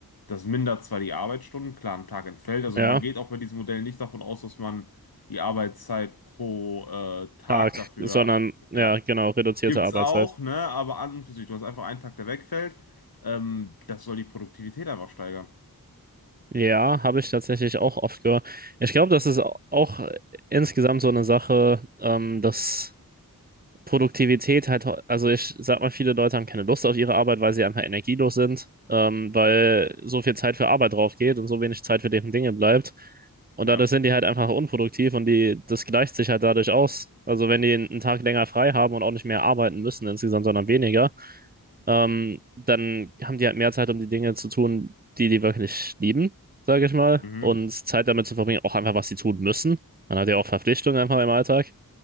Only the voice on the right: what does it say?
ja,
arg,
sondern ja,
genau, reduzierte
Arbeitszeit.
Ja, habe ich tatsächlich auch oft gehört. Ich glaube, das ist au- auch insgesamt so eine Sache, ähm, dass Produktivität halt, also ich sag mal, viele Leute haben keine Lust auf ihre Arbeit, weil sie einfach energielos sind, ähm, weil so viel Zeit für Arbeit drauf geht und so wenig Zeit für deren Dinge bleibt. Und
dadurch sind die halt einfach unproduktiv und die, das gleicht sich halt dadurch aus. Also wenn die einen Tag länger frei haben und auch nicht mehr arbeiten müssen insgesamt, sondern weniger, ähm, dann haben die halt mehr Zeit, um die Dinge zu tun, die die wirklich lieben, sage ich mal,
und Zeit damit zu verbringen, auch einfach, was sie tun müssen. Man hat ja auch Verpflichtungen einfach im Alltag.